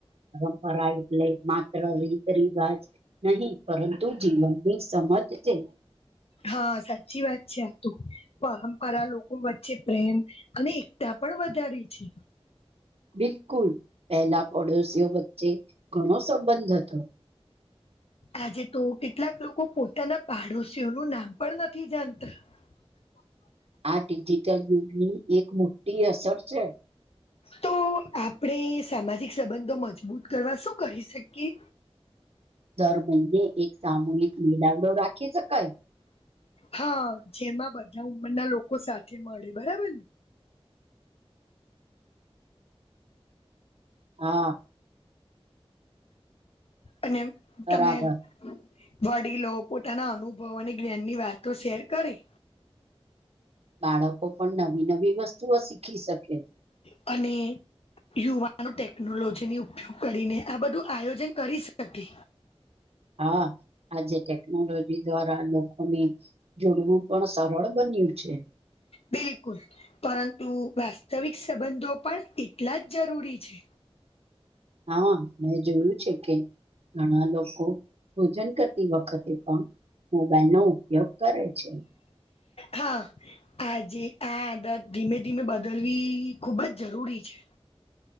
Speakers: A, on the right; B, on the left.
A: પરંપરા એટલે માત્ર રીત-રિવાજ નહી. પરંતુ જીવનની સમજ છે.
B: હ, સાચ્ચી વાત છે આ તો, પરંપરા લોકો વચ્ચે પ્રેમ અને એકતા પણ વધારે છે.
A: બિલકુલ પેલા પડોશીઓ વચ્ચે ઘણો સંબંધ હતો.
B: આજે તો કેટલાક લોકો પોતાના પાડોશીઓનું નામ પણ નથી જાણતા. <inaudible>
A: આ ડિજિટલ યુગની એક મોટ્ટી અસર છે.
B: તો આપણે સામાજિક સંબંધો મજબૂત કરવા શું કરી શકીએ?
A: દર મઈને એક સામૂહિક મિલાવડો રાખી શકાય.
B: હા, જેમાં બધા ઉંમરના લોકો સાથે મળે, બરાબર ને?
A: હા.
B: અને,
A: બરાબર
B: તમે વડીલો પોતાના અનુભવોની જ્ઞાનની વાતો શેર કરી.
A: બાળકો પણ નવી-નવી વસ્તુઓ શીખી શકે.
B: અને, યુવાનો ટેકનોલોજીની ઉપયોગ કરીને આ બધું આયોજન કરી શકે.
A: હા, આજે ટેકનોલોજી દ્વારા લોકોની. જોડવું પણ સરળ બન્યું છે.
B: બિલકુલ. પરંતુ વાસ્તવિક સંબંધો પણ એટલા જ જરૂરી છે.
A: હા, મેં જોયું છે કે, ઘણા લોકો ભોજન કરતી વખતે પણ. મોબાઈલનો ઉપયોગ કરે છે.
B: હા આજે આ આદત ધીમે-ધીમે બદલવી ખૂબ જ જરૂરી છે.